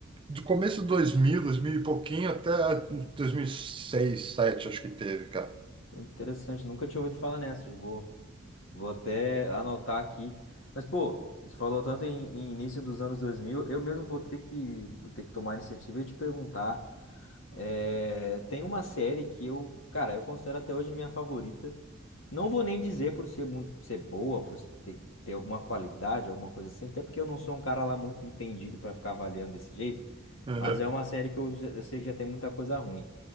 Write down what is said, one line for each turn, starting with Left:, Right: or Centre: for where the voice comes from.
Right: do começo de 2000, 2000 e pouquinho, até 2006, 2007, acho que teve, cara.
Left: interessante. Nunca tinha ouvido falar nessa. Eu Vou, Vou até anotar aqui. Mas, pô, você falou tanto em, em início dos anos 2000, eu mesmo vou ter que, vou ter que tomar a iniciativa e te perguntar. É, tem uma série que eu, cara, eu considero até hoje minha favorita. Não vou nem dizer por ser muito, ser boa, por ter, ter alguma qualidade, alguma coisa assim, até porque eu não sou um cara lá muito entendido pra ficar avaliando desse jeito.
Right: Uhum.
Left: Mas é uma série que eu, já- eu sei que já tem muita coisa ruim,